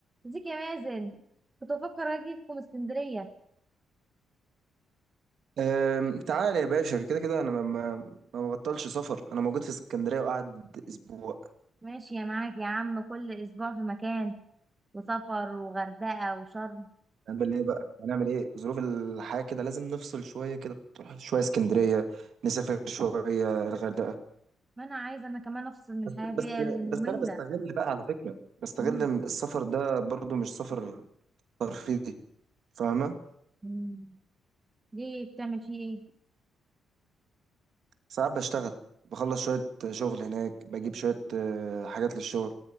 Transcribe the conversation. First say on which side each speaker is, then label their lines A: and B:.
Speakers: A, on the right; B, on the right.
A: ازيك يا مازن كنت بفكر اجيكم اسكندريه
B: أم، تعال يا باشا كده كده انا ما ما ما ببطلش سفر انا موجود في اسكندريه وقعد اسبوع
A: ماشي يا معاك يا عم كل اسبوع في مكان وسفر وغردقه وشرم
B: هنعمل ايه بقى هنعمل ايه ظروف الحياه كده لازم نفصل شويه كده تروح شويه اسكندريه نسافر شويه الغردقه
A: ما انا عايزه انا كمان افصل من الحياه
B: بس
A: دي
B: بس
A: الممله
B: بس انا بستغل بقى على فكره بستغل
A: مم.
B: إن السفر ده برضو مش سفر ترفيهي فاهمه
A: مم. ليه بتعمل فيه ايه
B: ساعات بشتغل بخلص شويه شغل هناك بجيب شويه آه، حاجات للشغل